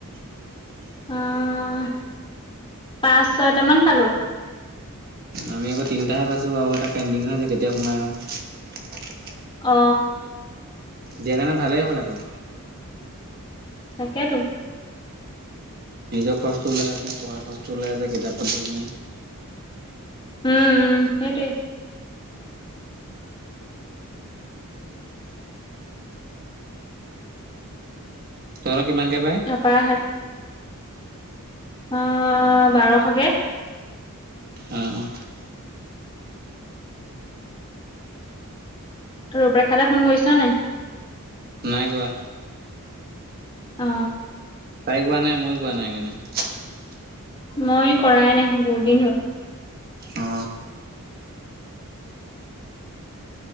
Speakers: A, on the left; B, on the right.
A: আহ পাঁচ ছয়টামান পালো
B: আমি আকৌ তিনিটাহে পাইছোঁ আৰু এটা পেইণ্ডিং হৈ যায় কেতিয়া সোমাই আৰু
A: অ
B: দিয়াৰ কাৰণে ভালেই হ'ল আকৌ
A: তাকাতো
B: নিজৰ খৰচটো ওলাই আছে পঢ়াৰ খৰচটো ওলাই আছে কিতাপ পাত্ৰ কিনা
A: উম উম হেৰি
B: তৰা কিমানকে পাই
A: এপাৰ হে অ বাৰশকে
B: অ অ
A: তৰপৰা খালে ফোন কৰিছ নে
B: নাই কোৱা
A: অ
B: তাই কোৱা নাই ময়ো কোৱা নাই সেইকাৰণে
A: মই কৰাই নাই বহুত দিন হ'ল
B: অ